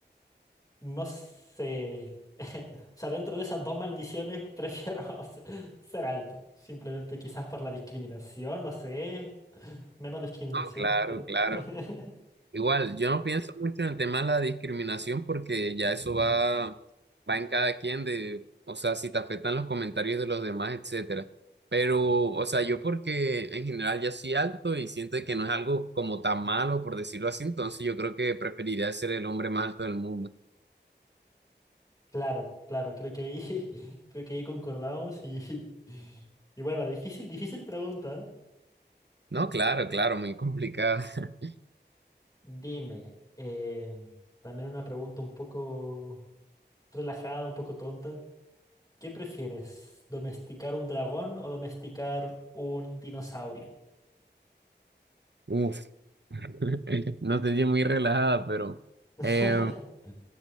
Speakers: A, on the left (about 20°); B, on the right (about 70°).
A: No sé. <laughs> O sea, dentro de esas dos maldiciones prefiero <laughs> se- ser alto. Simplemente quizás por la discriminación, no sé. Menos discriminación,
B: Claro,
A: pero...
B: claro.
A: <laughs>
B: Igual, yo no pienso mucho en el tema de la discriminación porque ya eso va, va en cada quien de, o sea, si te afectan los comentarios de los demás, etcétera. Pero, o sea, yo porque en general ya soy alto y siento que no es algo como tan malo, por decirlo así, entonces yo creo que preferiría ser el hombre más alto del mundo.
A: Claro, claro, creo que ahí, <laughs> creo que ahí concordamos y, <laughs> y bueno, difícil, difícil pregunta.
B: No, claro, claro, muy complicado. <laughs>
A: Dime, eh, también una pregunta un poco relajada, un poco tonta. ¿Qué prefieres, domesticar un dragón o domesticar un dinosaurio?
B: Uf, <laughs> no te di muy relajada, pero
A: <laughs>
B: eh,